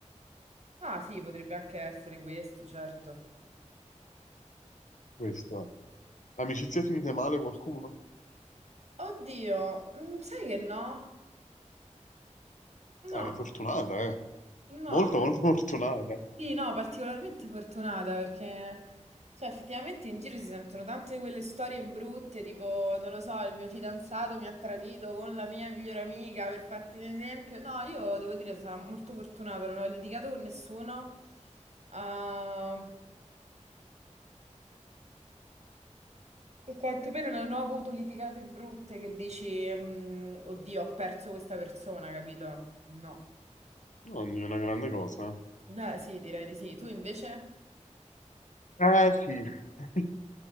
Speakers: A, on the right; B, on the left.
A: ah, sì, potrebbe anche essere questo, certo.
B: Questo è. Amicizie finite male qualcuno?
A: Oddio, mm, sai che no? No,
B: Ah, è fortunata, eh.
A: no,
B: Molto, molto <laughs> fortunata.
A: Sì, no, particolarmente fortunata perché, cioè, effettivamente in giro si sentono tante di quelle storie brutte, tipo, non lo so, il mio fidanzato mi ha tradito con la mia migliore amica, per farti un esempio. No, io devo dire, sarò molto fortunata, non ho litigato con nessuno, o o quantomeno non ho avuto litigate brutte che dici, mm, oddio, ho perso questa persona, capito? No.
B: Non è una grande cosa.
A: Beh, sì, direi di sì. Tu invece?
B: Eh sì, <laughs>